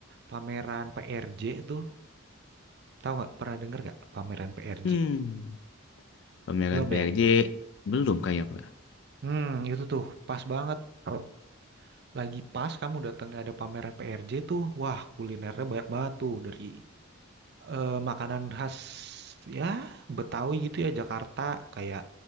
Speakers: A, on the right (about 50°); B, on the left (about 55°).
A: pameran PRJ tuh, tahu nggak? Pernah denger nggak pameran PRJ?
B: Hmm, pameran
A: Belum
B: PRJ
A: ya?
B: belum kayaknya Pak.
A: Hmm, itu tuh pas banget. Kalau Lagi pas kamu datangnya ada pameran PRJ tuh, wah kulinernya banyak banget tuh dari eh, makanan khas ya Betawi gitu ya Jakarta kayak